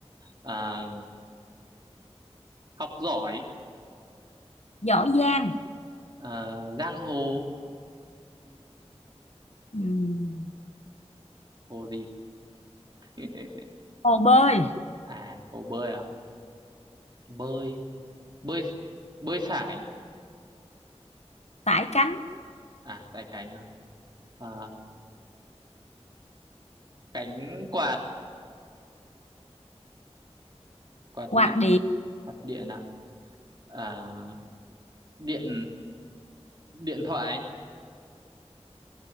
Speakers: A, on the right; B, on the left.
A: à học giỏi
B: giỏi giang
A: à, giang hồ
B: Ừm,
A: hồ gì <laughs>
B: hồ bơi
A: à hồ bơi à bơi bơi bơi sải
B: sải cánh
A: à sải cánh à, à cánh quạt quạt
B: quạt
A: gì
B: điện
A: quạt điện à, à điện điện thoại